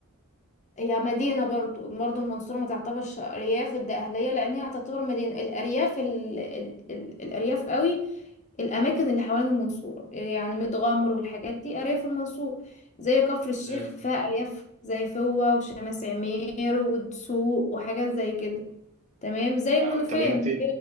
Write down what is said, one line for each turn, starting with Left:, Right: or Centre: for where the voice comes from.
Left: هي مدينة برضو برضو المنصورة ما تعتبرش أرياف الدقهلية لأن هي تعتبر مدينة الأرياف ال... ال... ال... الأرياف قوي الأماكن اللي حوالين المنصورة يعني متغمر والحاجات دي أرياف المنصورة زي كفر الشيخ
Right: مم.
Left: فيها أرياف زي فوة وشمس عمير والدسوق وحاجات زي كده تمام زي
Right: آه،
Left: المنوفية
Right: طب انت
Left: المنوفية